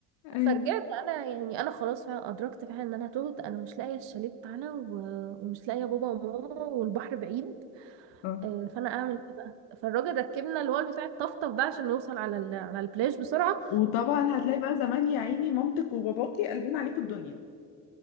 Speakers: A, on the left; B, on the right.
A: ايوه
B: فرجعت انا يعني انا خلاص فعلا ادركت فعلا ان انا تهت انا مش لاقيه الشاليه بتاعنا و... ومش لاقيه بابا وماما والبحر بعيد
A: اه
B: آه، فانا اعمل ايه بقى فالراجل ركبنا اللي هو بتاع الطفطف ده عشان نوصل على ال... على البلاج بسرعه
A: وطبعا هتلاقي بقى زمان يا عيني مامتك وباباكي قلبين عليكم الدنيا